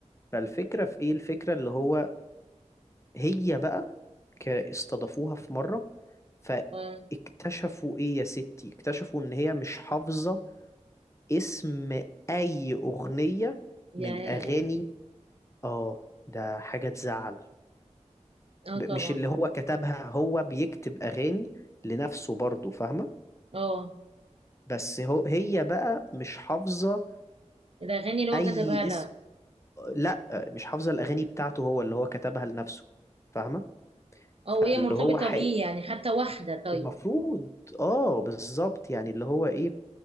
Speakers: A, on the left (about 25°); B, on the right (about 50°).
A: فالفكرة في ايه؟ الفكرة اللي هو هي بقى ك- استضافوها في مرة فاكتشفوا
B: آه.
A: ايه يا ستي اكتشفوا ان هي مش حافظة اسم اي اغنية
B: ياه
A: من اغاني اه ده حاجة تزعل
B: اه
A: ب-
B: طبعا
A: مش اللي هو كتبها هو بيكتب اغاني لنفسه برضه فاهمة
B: اه
A: بس هو هي بقى مش حافظة
B: الأغاني اللي هو
A: اي
B: كتبها لها
A: اسم لا مش حافظة الاغاني بتاعته هو اللي هو كتبها لنفسه فاهمة
B: أو
A: فاللي
B: هي مرتبطة
A: هو ح-
B: بيه يعني حتى واحدة طيب
A: المفروض اه بالظبط يعني اللي هو ايه